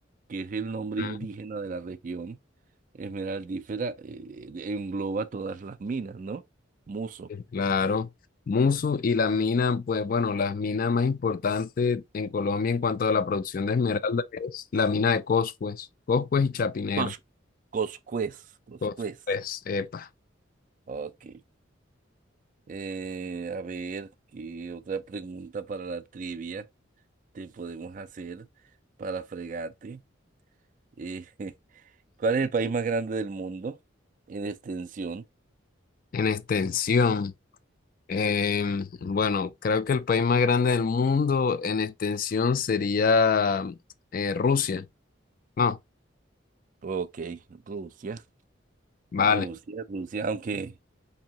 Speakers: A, on the right; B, on the left.
A: que es el nombre
B: ah,
A: indígena de la región esmeraldífera, eh, engloba todas las minas, ¿no? Muso.
B: claro, Musu y la mina, pues bueno, las minas más importantes en Colombia en cuanto a la producción de esmeralda es la mina de Coscues, Coscues y Chapinero,
A: Cos- Coscuez, Coscuez.
B: Coscues, epa,
A: Ok. Eh, a ver, ¿qué otra pregunta para la trivia te podemos hacer para fregarte? Eh, <laughs> ¿cuál es el país más grande del mundo en extensión?
B: en extensión. em, bueno, creo que el país más grande del mundo en extensión sería eh, Rusia. No,
A: Ok, Rusia.
B: vale.
A: Rusia, Rusia, aunque